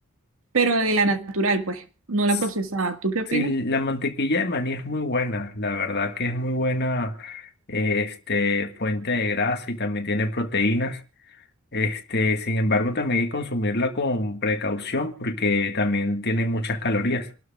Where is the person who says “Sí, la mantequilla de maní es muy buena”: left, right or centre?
Left